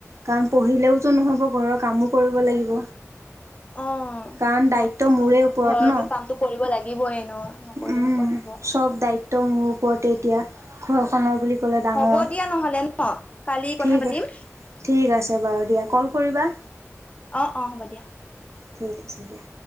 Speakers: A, on the right (about 65°); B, on the left (about 25°).
A: কাৰণ পঢ়িলেওতো নহ'ব ঘৰৰ কামো কৰিব লাগিব।
B: অ',
A: কাৰণ
B: ঘৰতো
A: দায়িত্ব
B: কাম
A: মোৰে ওপৰত
B: ঘৰতো
A: ন।
B: কামটো কৰিব লাগিবই ন নকৰিলেনো
A: উম
B: ক'ত হ'ব।
A: চব দায়িত্ব মোৰ ওপৰতেই। ঘৰখনৰ বুলি ক'লে ডাঙৰ
B: হ'ব দিয়া নহ'লে ন কালি কথা
A: ঠিকে
B: পাতিম
A: ঠিক আছে বাৰু দিয়া কল কৰিবা
B: অঁ অঁ হ'ব দিয়া
A: ঠিক আছে দিয়া